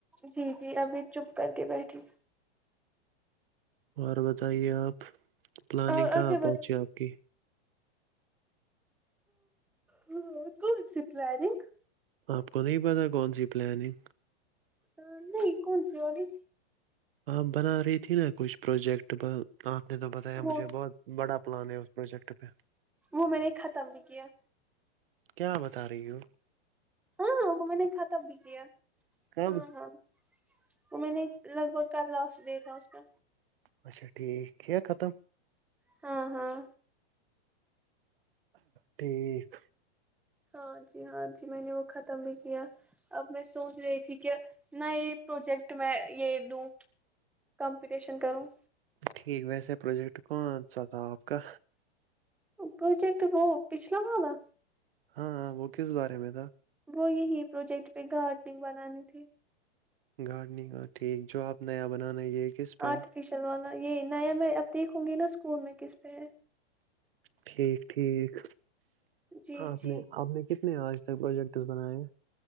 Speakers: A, in the centre; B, on the right.
A: جی جی ابھی چپ کر کے بیٹھی
B: اور بتائیے آپ پلاننگ
A: اور
B: کہاں
A: اچھا بات
B: پہنچی آپ کی
A: ہ کوم س پلیرنگ
B: آپ کو نہیں پتا کون سی پلاننگ
A: ا نہیں کون سی والی
B: آپ بنا رہی تھی نا کچھ پروجیکٹ ب آ میں تو بتایا
A: وہ
B: مجھے بہت بڑا پلان ہے اس پروجیکٹ پہ
A: وہ میں نے ختم بھی کیا
B: کیا بتا رہی ہو؟
A: ہاں وہ میں نے ختم بھی کیا
B: کب
A: ہاں ہاں وہ میں نے لگ بھگ کا لاسٹ ڈے تھا اس کا
B: اچھا ٹھیک کیا ختم
A: ہاں ہاں
B: ٹھیک
A: ہاں جی ہاں جی میں نے وہ ختم بھی کیا اب میں سوچ رہی تھی کہ نئے پروجیکٹ میں یہ دوں کمپٹیشن کروں
B: ٹھیک ویسے پروجیکٹ کون سا تھا آپ کا
A: پروجیکٹ وہ پچھلا والا
B: ہاں ہاں وہ کس بارے میں تھا
A: وہ یہی پروجیکٹ پہ گارٹنگ بنانی تھی
B: گارڈننگ کا ٹھیک جو آپ نیا بنانا یہ کس پہ
A: آرٹیفشل
B: ہے
A: وال یہ نیا میں دیکھوں گی نا اسکول میں کس پہ ہے
B: ٹھیک ٹھیک
A: جی
B: آپ
A: جی
B: نے آپ نے کتنے آج پروجیکٹس بنائے ہیں